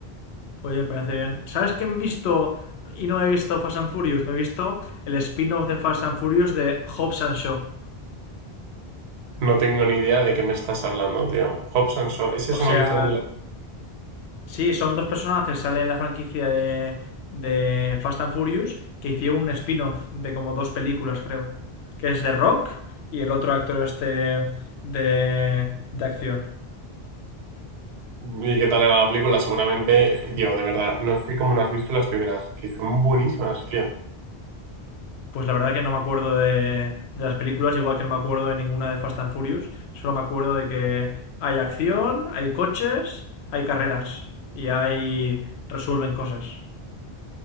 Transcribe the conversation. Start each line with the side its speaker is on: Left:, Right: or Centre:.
Left: Oye, me parece bien. ¿Sabes qué he visto y no he visto Fast and Furious? Me he visto el spin-off de Fast and Furious de Hobbs and Shaw.
Right: No tengo ni idea de qué me estás hablando, tío. Hobbs and Shaw, ese es
Left: O
Right: uno
Left: sea,
Right: que sale en la...
Left: Sí, son dos personajes que salen en la franquicia de, de Fast and Furious que hicieron un spin-off de como dos películas, creo. Que es de Rock y el otro actor este de, de acción.
Right: ¿Y qué tal era la película? Seguramente, es que, tío, de verdad, no sé cómo no has visto las primeras, que son buenísimas, tío.
Left: Pues la verdad que no me acuerdo de, de las películas, igual que no me acuerdo de ninguna de Fast and Furious. Solo me acuerdo de que hay acción, hay coches, hay carreras y hay resuelven cosas.